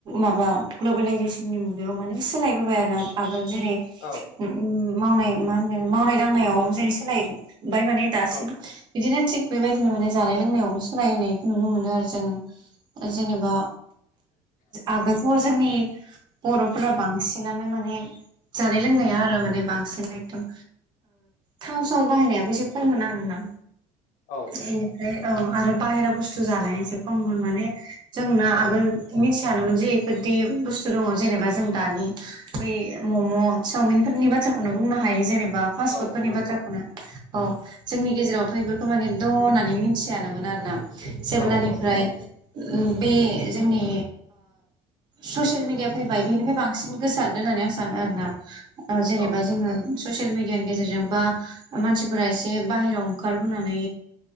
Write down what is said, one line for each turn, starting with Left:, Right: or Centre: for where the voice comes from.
Right: माबा ग्लबेेलइजेसननि मुगायाव माने सोलायबोबाय आरोोना आगोल जेरै
Left: औ
Right: मावनाय मा होनो मावनाय दांनायाव जेरै सोलायबाय माने दासिम
Left: औ
Right: बिदिनो थिग बेबायदिनो माने जानाय लोंनायावबो सोलायनायखौ नुनो मोनो आरो जोङो जेनेबा आगोलथ' जोंनि बर'फोरा बांसिन बिानो माने जानाय लोंनाया आरो आरो माने बांसिन एदम थाव समाव बाहायनायाबो एसे खम मोन आरोना
Left: औ
Right: बेनिफ्राय औ आरो बाहेरा बुस्थु जानाया एसे खममोन माने जोंना आगोल
Left: औ
Right: मिथियानोमोन जे बेफोरदि बुस्थु दङ जेनेबा जों दानि बै मम' सावमिन नि बाथ्राखौनो बुंनो हायो जेनेबा बा फासफुटनि
Left: औ नंगौ
Right: बाथ्रानो औ जोंनि गेजेरावथ' बेफोरखौ माने दङ होननानै मिथियानोमोन आरोना जेब्लानिफ्राय
Left: औ औ
Right: बे जोंनि ससियेल मिडिया फैबाय बेनिफ्राय बांसिन गोसारदों होननानै आं सानो आरोना जेनेबा
Left: औ
Right: जोङो ससियेल मिडियानि गेजेरजों बा मानसिफोरा एसे बाहेरायाव ओंखारबोनानै